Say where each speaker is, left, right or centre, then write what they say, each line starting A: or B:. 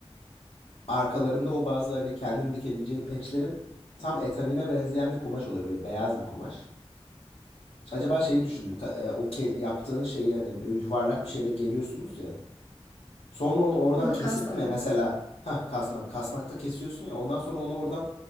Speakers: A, on the left (about 75°); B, on the left (about 30°).
A: arkalarında o bazı hani kendin dikebileceğin patchlerin tam etamine benzeyen bir kumaş oluyor. Böyle beyaz bir kumaş. Acaba şeyi düşün. e, O yaptığın şeyi hani böyle yuvarlak bir şeyde geriyorsunuz ya. Sonra onu oradan
B: Hı hı,
A: kesip
B: kasnak.
A: mi mesela ha kasnak kasnakta kesiyorsun ya ondan sonra onu oradan